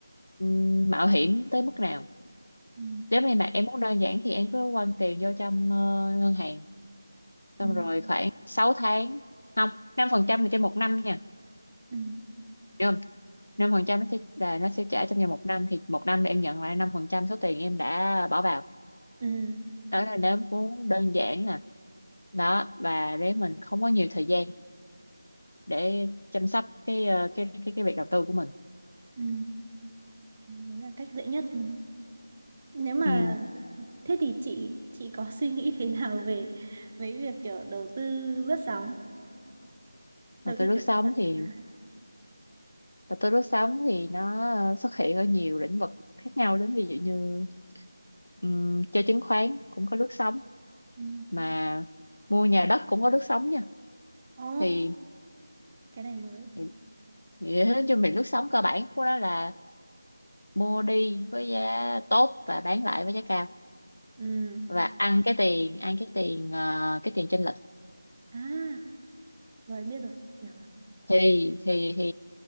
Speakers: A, on the left; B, on the right.
A: ừm, mạo hiểm tới mức nào
B: ừ
A: nếu như mà em muốn đơn giản thì em cứ quăng tiền vô trong ờ, ngân hàng
B: ừ
A: xong rồi khoảng 6 tháng không 5% là trên một năm nha
B: ừ
A: hiểu không năm phần trăm nó sẽ là nó sẽ trả trong vòng một năm thì một năm là em nhận lại 5% số tiền em đã bỏ vào
B: ừ
A: đó là nếu muốn đơn giản nè đó và để mình không có nhiều thời gian để chăm sóc cái ờ, cái cái cái việc đầu tư của mình
B: ừ đấy đấy là cách dễ nhất đúng không nếu mà
A: ừ.
B: thế thì chị chị có suy nghĩ thế nào về mấy việc kiểu đầu tư lướt sóng đầu
A: Và tới
B: tư
A: lướt
B: kiểu
A: sóng
B: lướt
A: thì
B: sóng
A: và tôi lướt sóng thì nó ờ, xuất hiện ở nhiều lĩnh vực khác nhau đến ví dụ như um, chơi chứng khoán cũng có lướt sóng
B: ừ
A: mà mua nhà đất cũng có lướt sóng nha
B: ồ
A: thì
B: cái này mới
A: thì- thì nói chung thì lướt sóng cơ bản của nó là mua đi với giá tốt và bán lại với giá cao
B: ừ
A: và ăn cái tiền ăn cái tiền ờ, cái tiền chênh lệch
B: à rồi biết rồi hiểu rồi
A: thì thì thì